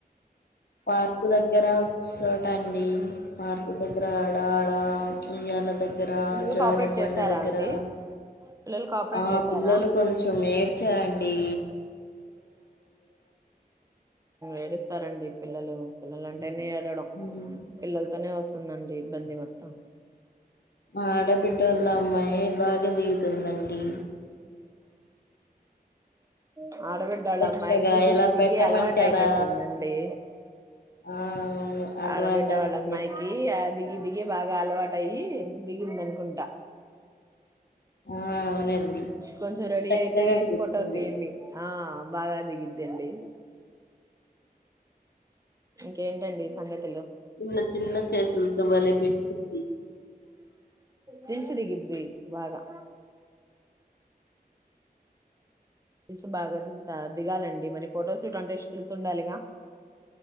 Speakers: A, on the left (about 85°); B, on the right (about 20°).
A: పార్క్ దగ్గర చోటండి పార్కు దగ్గర ఆడాడ ఉయ్యాల దగ్గర,
B: పిల్లలు
A: జారుడ్
B: కోఆపరేట్
A: బండ
B: చేసారా
A: దగ్గర,
B: అండి పిల్లలు కోఆపరేట్
A: ఆ
B: చేసారా
A: పిల్లలు కొంచెం ఏడ్చారం డీ
B: ఏడిస్తారండి పిల్లలు పిల్లల ని ఏడడం
A: మ్మ్
B: పిల్లలతోనే వస్ అవుతుతండి ఇబ్బంది మొత్తం
A: ఆ ఆడబిడ్డ ఒళ్ళ అమ్మాయి బాగ దిగుతుందండి.
B: ఆ ఆడబిడ్డోళ్ళ
A: చక్కగా
B: అమ్మాయికి దిగి
A: ఎలా
B: దిగి
A: పెట్టమంటే
B: అలవాటు అయినట్టుందండి.
A: అలా ఆ అవును అలవాట
B: ఆడబిడ్డ
A: ఆ
B: వాళ్ళ
A: పిల్లకి
B: అమ్మాయికి ఆ దిగి దిగి బాగా అలవాటయ్యి దిగింద అనుకుంటా.
A: ఆ అవునండి
B: కొంచెం రెడీ
A: చక్కగా
B: అయితే
A: కూర్చుంది
B: ఫోటో తియిండి. ఆ బాగా దిగుద్దండి. ఇంకేంటండి సంగతి?
A: చిన్న చిన్న చెతులుతో బలే పెట్టిద్ది.
B: దిన్స్ దిగిద్ది బాగా టిల్స్ బాగా దిగుత దిగాలండి మరి ఫోటోస్ షూట్ అంటే స్టీల్స్ ఉండాలిగా!